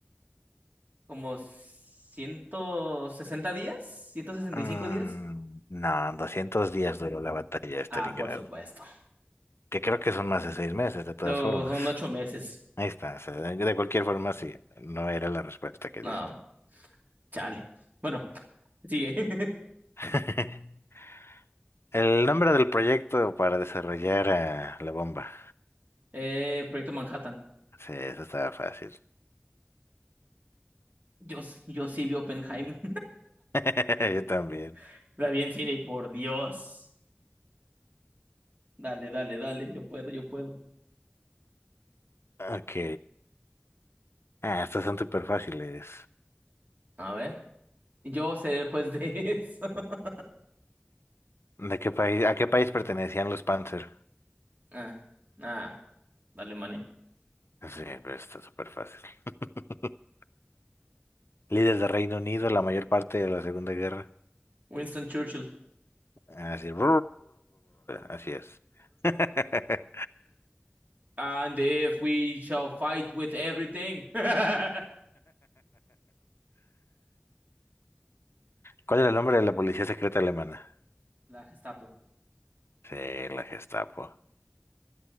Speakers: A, on the right; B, on the left.
A: Como 160 días, 165
B: Mm,
A: días.
B: No, doscientos días duró la batalla de Stalingrado.
A: Ah, por supuesto.
B: Que creo que son más de seis meses, de todas
A: So,
B: formas.
A: son ocho meses.
B: Ahí está. o sea, de de cualquier forma, sí. No era la respuesta que
A: No,
B: diste.
A: chale. Bueno, sigue. <laughs>
B: <laughs> El nombre del proyecto para desarrollar eh, la bomba.
A: Eh, Proyecto Manhattan.
B: Sí, eso estaba fácil.
A: Yo, yo sí vi Oppenheimer.
B: <laughs> Yo también.
A: <laughs> La vi en cine y por Dios. Dale, dale, dale. Yo puedo, yo puedo.
B: Ok. Ah, estas son súper fáciles.
A: A ver. Yo seré el juez de eso. <laughs>
B: ¿De qué país, a qué país pertenecían los Panzer?
A: Ah, ah, Alemania.
B: Sí, pero está súper fácil. <laughs> Líderes de Reino Unido, la mayor parte de la Segunda Guerra.
A: Winston Churchill.
B: Así, <laughs> así es. <laughs>
A: And if we shall fight with everything. <laughs> La
B: ¿Cuál era el nombre de la policía secreta alemana?
A: Gestapo.
B: Sí, la Gestapo.